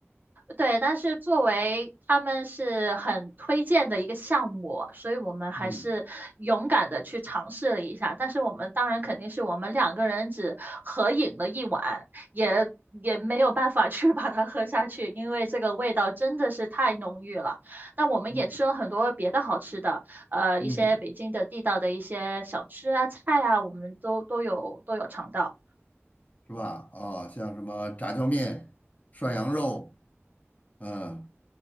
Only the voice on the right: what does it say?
对，但是作为他们是很推荐的一个项目，所以我们还是勇敢的去尝试了一下。
但是我们当然肯定是我们两个人只合影了一碗，也也没有办法去把它喝下去，因为这个味道真的是太浓郁了。那我们也吃了很多别的好吃的，
呃，
一些北京的地道的一些小吃啊、菜啊，我们都都有都有尝到。